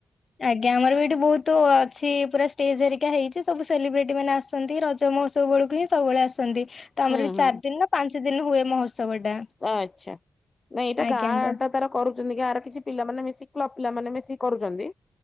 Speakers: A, on the left; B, on the left.
A: ଆଜ୍ଞା ଆମର ବି ଏଇଠି ବହୁତ ଅଛି ପୁରା ଷ୍ଟେଜ୍ ଏରିକା ହେଇଛି ସବୁ ସେଲିବ୍ରିଟି ମାନେ ଆ ଆସନ୍ତି ରଜ ମହତ୍ସବ ବେଳକୁ ହିଁ ସବୁବେଳେ ଆସନ୍ତି। ତ ଆମର
B: ହୁଁ
A: ଏଠି
B: ହୁଁ
A: ଚାର ଦିନ ନା ପାଞ୍ଚ ଦିନ ହୁଏ ମହୋତ୍ସବ ଟା।
B: ଆଚ୍ଛା ନାଇଁ ଏଇଟା
A: ଆଜ୍ଞା
B: ଗାଁ
A: ତ
B: ଟା ତାର କରୁଛନ୍ତି ଗାଁ ର କିଛି ପିଲା ମାନେ ମିଶି କ୍ଲବ ପିଲା ମାନେ ମିଶି କରୁଛନ୍ତି,